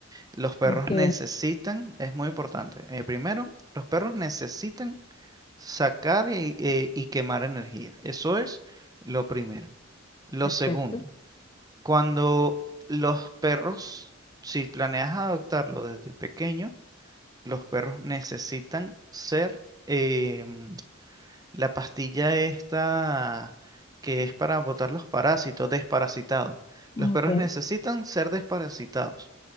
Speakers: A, on the right; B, on the left.
A: Los perros
B: Ok.
A: necesitan, es muy importante, eh, primero, los perros necesitan sacar y, eh, y quemar energía. Eso es lo primero. Lo
B: Perfecto.
A: segundo, cuando los perros, si planeas adoptarlo desde pequeño, los perros necesitan ser em, la pastilla esta que es para botar los parásitos, desparasitados.
B: ok.
A: Los perros necesitan ser desparasitados.